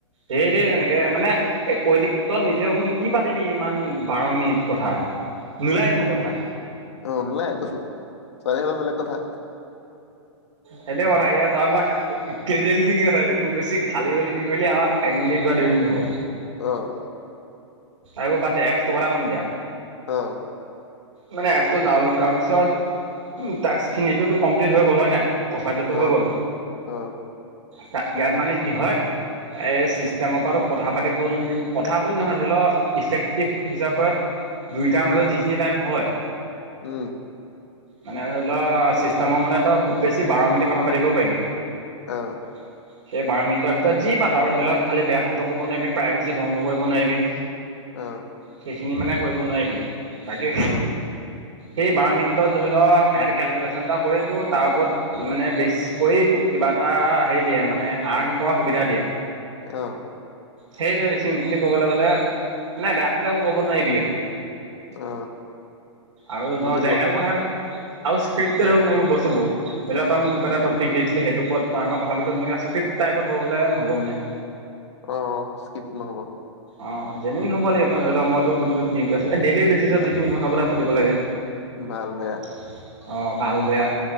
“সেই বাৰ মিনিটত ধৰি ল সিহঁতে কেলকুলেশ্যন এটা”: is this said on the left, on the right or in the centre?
Right